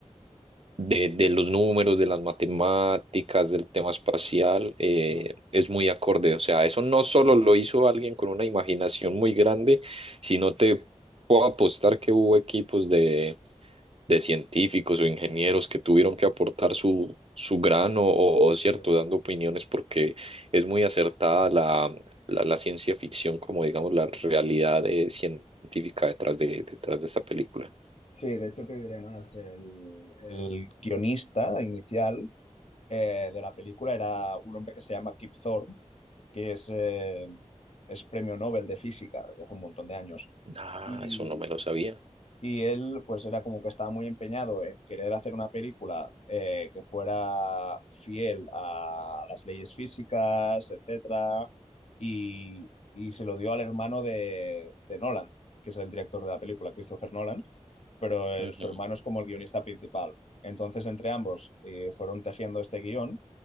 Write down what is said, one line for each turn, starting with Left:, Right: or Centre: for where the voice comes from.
Right: de, de los números, de las matemáticas, del tema espacial, eh,
Left: Ajá.
Right: es muy acorde. O sea, eso no solo lo hizo alguien con una imaginación muy grande, sino te puedo apostar que hubo equipos de, de científicos o ingenieros que tuvieron que aportar su, su grano o, o cierto,
Left: Sí.
Right: dando opiniones porque es muy acertada la, la, la ciencia ficción como, digamos, la realidad eh, científica detrás de, detrás de esta película.
Left: Sí, de hecho te diré más, el, el guionista inicial eh, de la película era un hombre que se llama Kip Thorne, que es, eh, es premio Nobel de física desde hace un montón de años.
Right: Ah,
Left: Y
Right: eso no me lo sabía.
Left: y él, pues era como que estaba muy empeñado en querer hacer una película eh, que fuera fiel a las leyes físicas, etcétera, y, y se lo dio al hermano de, de Nolan, que es el director de la película, Christopher Nolan, pero el-
Right: Ujú.
Left: su hermano es como el guionista principal. Entonces, entre ambos eh, fueron tejiendo este guión